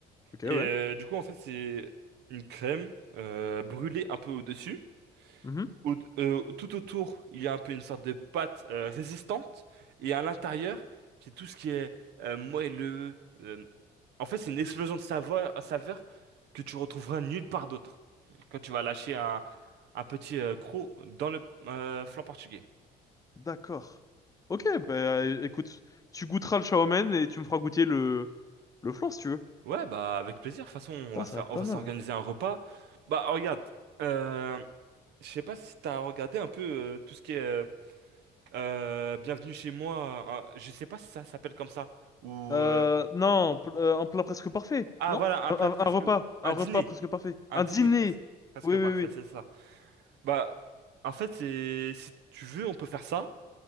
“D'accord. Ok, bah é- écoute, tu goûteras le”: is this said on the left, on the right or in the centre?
Left